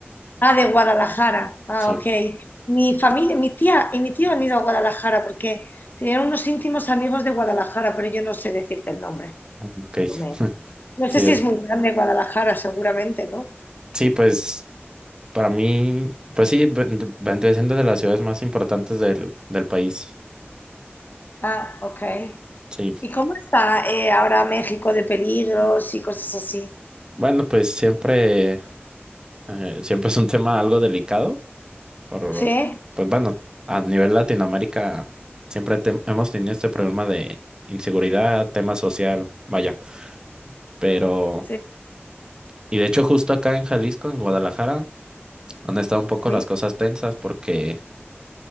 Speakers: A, on the left; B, on the right.
A: Ah, de Guadalajara. Ah,
B: Sí,
A: ok. Mi familia, mi tía y mi tío han ido a Guadalajara porque tenían unos íntimos amigos de Guadalajara, pero yo no sé decirte el nombre.
B: ok.
A: No, me-
B: <laughs>
A: no sé
B: Sí, es-
A: si es muy grande Guadalajara, seguramente, ¿no?
B: sí, pues. Para mí, pues sí, ven- vendría siendo de las ciudades más importantes del, del país.
A: Ah, ok.
B: Sí.
A: ¿Y cómo está eh, ahora México de peligros y cosas así?
B: Bueno, pues siempre, eh, siempre es un tema algo delicado. Por,
A: Sí,
B: pues bueno, a nivel Latinoamérica siempre te- hemos tenido este problema de inseguridad, tema social, vaya. Pero,
A: sí,
B: y de hecho justo acá en Jalisco, en Guadalajara, han estado un poco
A: sí,
B: las cosas tensas porque